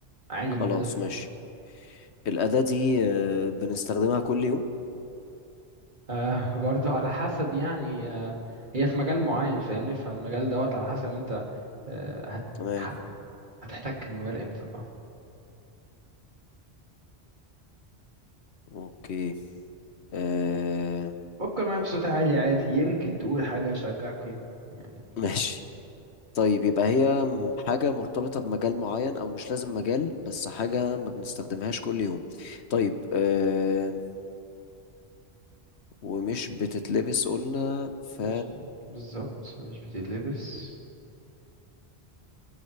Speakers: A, on the right (about 45°); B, on the left (about 80°).
A: عادي
B: خلاص
A: موجودة في البيت
B: ماشي الأداة دي آه، بنستخدمها كل يوم
A: آه <laughs> برضو على حسب يعني آه هي في مجال معين فاهمني فالمجال دوت على حسب انت آه هت
B: تمام
A: ه- هتحتك بالمجال امتى اه
B: أوكي آم،
A: فكر معايا بصوت عالي عادي يمكن تقول حاجة أشجعك فيها يعني
B: ماشي طيب يبقى هي م- حاجة مرتبطة بمجال معين أو مش لازم مجال بس حاجة ما بنستخدمهاش كل يوم طيب آم، ومش بتتلبس قلنا ف
A: مش ب- بالظبط مش بتتلبس